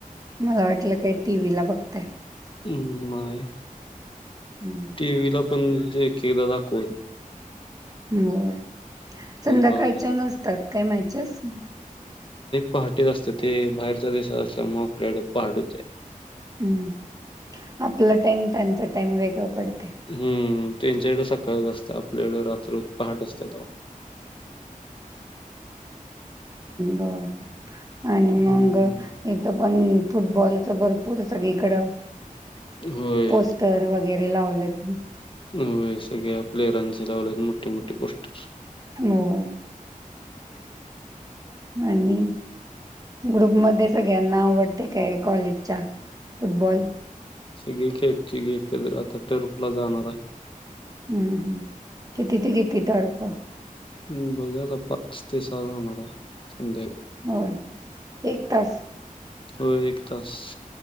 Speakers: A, on the right (about 25°); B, on the left (about 35°).
A: मला वाटलं काय टीव्ही ला बघताय
B: हम्म नाही
A: हम्म.
B: टी व्ही ला पण के दादा को,
A: हो संध्याकाळच्या
B: बघायला लागतं
A: नसतात कायं मॅचेस?
B: पहाटे असते ते बाहेरच्या, दिशात असल्या मग आपल्याडे पहाट होते
A: हम्म आपला टाईम त्यांचा टाईम वेगळा पडतो.
B: हम्म त्यांच्याकडे सकाळच असते. आपल्याकडे रात्र पहाट असत तो.
A: बर, आणि
B: हम्म
A: मग, इथं पण फुटबॉलच भरपूर पुरं सगळीकड अ
B: होय
A: पोस्टर वगैरे लावलेत
B: हो सगळ्या प्लेअरांचे लावल्यात मोठे मोठे पोस्टर.
A: होय. आणि ग्रुप मध्ये सगळ्यांना आवडते काय कॉलेजच्या फुटबॉल
B: सगळी खेळची की एकद आता टर्प ला जाणार आहे.
A: हम्म हम्म किती ते किती तर्फ?
B: हम् बघूया आता पाच ते सहा जाणार आहे संध्या.
A: होय एक तास
B: होय एक तास.